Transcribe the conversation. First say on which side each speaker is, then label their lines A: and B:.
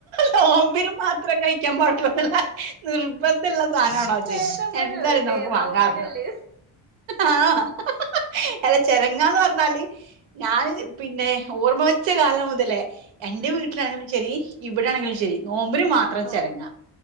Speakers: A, on the right; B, on the right.
A: നോമ്പിന് മാത്രം കഴിക്കാൻ പാടൊന്നുള്ള നിർബന്ധള്ള സാനണോ അത്
B: ഏതാപ്പ
A: എന്തായാലും
B: ചോദ്യല്ലേ
A: നമുക്കു
B: നോമ്പിനല്ലേ
A: വാങ്ങാറഞ്ഞു ആഹ് അല്ല ചെരങ്ങാന്ന് പറഞ്ഞാല് ഞാനിത് പിന്നെ ഓർമ്മ വെച്ച കാലം മുതലെ എന്റെ
B: ഉം
A: വീട്ട ആണെങ്കിലും ശെരി ഇവിടെ ആണെങ്കിലുംശെരി നോമ്പിന് മാത്രം
B: നോ
A: ചെരങ്ങ